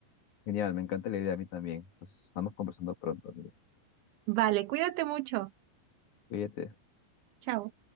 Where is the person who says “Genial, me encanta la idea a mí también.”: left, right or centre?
Left